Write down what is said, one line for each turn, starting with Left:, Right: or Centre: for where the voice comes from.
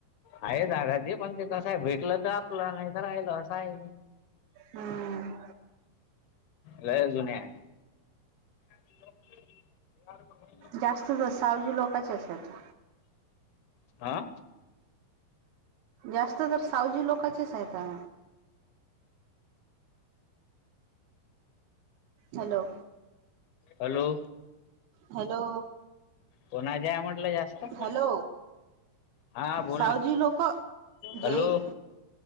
Left: आहे जागा ते पण ते कसं आहे भेटलं तर आपला नाही तर राहिल असं हाय
Right: हम्म
Left: लई जुन्या हाय <inaudible>
Right: जास्तच सावजी लोक ची असतात
Left: आ
Right: जास्त तर सावजी लोकांचेच हायता. हॅलो
Left: हॅलो
Right: हॅलो
Left: कोणाच्या म्हटलं जास्त लोकां
Right: हॅलो
Left: हा बोल
Right: सावजी
Left: ना
Right: लोक जैन
Left: हॅलो